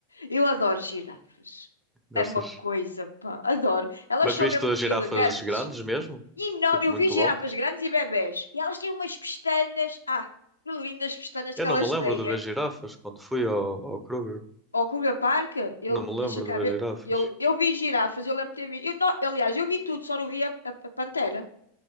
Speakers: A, on the left; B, in the centre.
A: Eu adoro girafas.
B: Gostas?
A: É uma coisa, pá, adoro. Elas
B: Mas
A: são
B: viste
A: mesmo
B: as
A: muito
B: girafas
A: elegantes.
B: grandes mesmo?
A: E enorme.
B: Tipo,
A: Eu
B: muito
A: vi girafas
B: altas?
A: grandes e bebés. E elas têm umas pestanas. Ah, que lindas pestanas
B: Eu
A: que
B: não
A: elas
B: me lembro
A: têm,
B: de ver
A: hein?
B: girafas quando fui ao, ao Kruger.
A: Ao Kruger Park,
B: Não
A: eu,
B: me lembro
A: deixa cá
B: de ver
A: ver.
B: girafas.
A: Eu, eu vi girafas, eu lembro de ter visto. Eu, não, aliás, eu vi tudo, só não vi a, a a pantera.